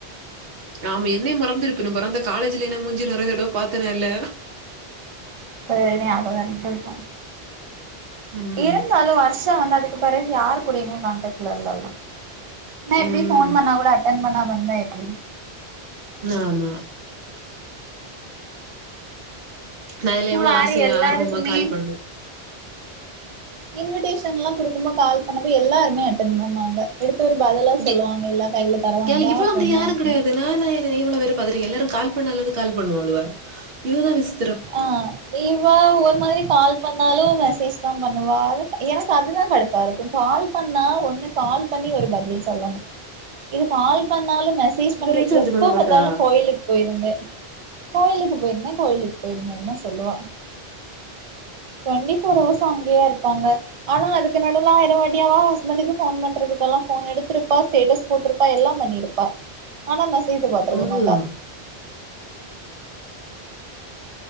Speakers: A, on the right; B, on the right.
A: ஆம என்னை மறந்துருப்பன்னு பறந்த காலேஜ்ல என்ன மூஞ்ச நெறைய தடவ பாத்ததே இல்ல
B: ஒரு வேள ஞாபகம் இருந்திருக்கு
A: ம்
B: இருந்தாலு வர்ஷா வந்து அதுக்கு பெறகு யாருகூடையுமே காண்டக்ட்ல இல்லல்ல ன எப்டி
A: ம்
B: ஃபோன் பண்ணா கூட அட்டென் பண்ணாம இருந்தா எப்டி
A: ஆமா நா எல்லா எவ்ளோ
B: வேற
A: ஆசையா
B: எல்லாருக்குமே
A: ஆர்வமா கால் பண்ணே
B: இன்விடேஷன்லா குடுக்கும்போ கால் பண்ணும்போ எல்லாருமே அட்டன் பண்ணாங்க எடுத்து ஒரு பதிலாவது சொல்லுவாங்க
A: ஏ
B: இல்ல கையில தர வேண்டா
A: ஏல இவள
B: ஃபோன்ல
A: அந்த யாரு
B: அனுப்பணு
A: கெடையாது நானா ஏது இவ்ளோ வேரு பதறி எல்லாரு கால் பண்ணாலாது கால் பண்ணுவாளுவ இதுதா விஷ்
B: ஆ இவா ஒரு மாதிரி கால் பண்ணாலு மெசேஜ் தா பண்ணுவா எனக்கு அதுதா கடுப்பு லாருக்கு கால் பண்ணா ஒன்னு கால் பண்ணி ஒரு பதில் சொல்லணு இது கால் பண்ணாலு மெசேஜ் பண்ற
A: இவ ரீசார்ஜ்
B: எப்போ
A: பண்ண மாட்டாளா
B: பாத்தாலு கோயிலுக் போயிருந்தே கோயிலுக்கு போயிருந்தே கோயிலுக்கு போயிருந்தேன்தா சொல்லுவா டுவெண்டி ஃபோர் ஹவர்ஸ்ஸும் அங்கிய இருப்பாங்க ஆனா அதுக்கு நடுவுல ஆயிரம் வாட்டி அவ ஹஸ்பன்ட்டுக்கு ஃபோன் பண்றதுக்கெல்லா ஃபோன் எடுத்திருப்பா ஸ்டேட்டஸ் போட்ருப்பா எல்லா பண்ணிருப்பா ஆனா மெசேஜ பாத்துருக்க
A: அதுதா
B: மாட்டா